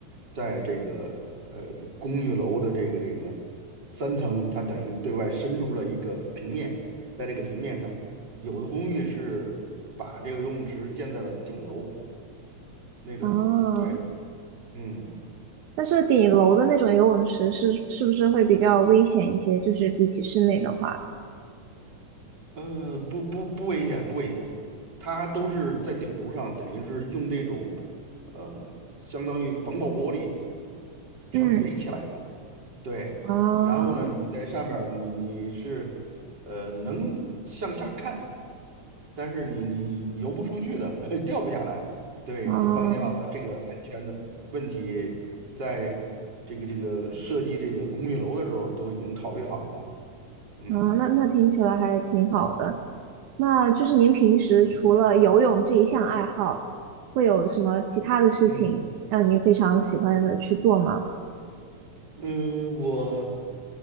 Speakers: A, on the right (about 35°); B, on the right (about 80°).
A: 在这个呃公寓楼的这个这个三层，它等于对外伸出了一个平面，在这个平面上，有的公寓是把这个游泳池建在了顶楼那种，
B: 哦。
A: 对，嗯，
B: 但是顶楼的那种游泳池是是不是会比较危险一些？就是比起室内的话，
A: 呃，不不不危险，不危险，它都是在顶楼上，等于是用这种呃，相当于防爆玻璃全围起来了。
B: 嗯，
A: 对，
B: 啊
A: 然后呢，你在上面儿你你是，呃，能向下看，但是你你游不出去的，<laughs> 掉不下来。对，
B: 啊
A: 你放心好了，这个安全的问题，在这个这个设计这个公寓楼的时候都已经考虑好了。嗯
B: 啊，那那听起来还挺好的。那就是您平时除了游泳这一项爱好，会有什么其他的事情让您非常喜欢的去做吗？
A: 嗯嗯，我。